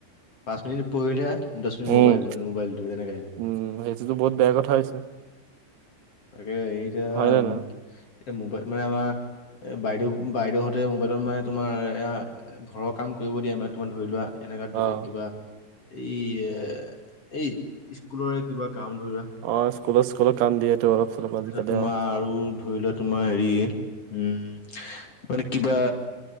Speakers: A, on the left; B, on the right.
A: পাঁচ মিনিট পঢ়িলে দহ মিনিট
B: উম,
A: মোবাইল, মোবাইলটো তেনেকে।
B: উম, সেইটোতো বহুত বেয়া কথা হৈছে।
A: তাকে এইতিয়া,
B: হয় নে নহয়?
A: এতিয়া মোবাইল মানে আমাৰ বাইদেউ-বাইদেউহঁতে মোবাইলত মানে তোমাৰ এয়া ঘৰৰ কাম কৰিব দিয়ে মানে, তোমাৰ ধৰি লোৱা এনেকা ধৰি
B: অ',
A: কিবা এই এ, এই স্কুলৰে কিবা কাম ধৰিলোৱা।
B: অ', স্কুলত, স্কুলত কাম দিয়েহ টো অলপ। চলপ আজিকালি
A: তাৰপিছত তোমাৰ
B: অ',
A: আৰু ধৰি লোৱা তোমাৰ হেৰি উম মানে কিবা,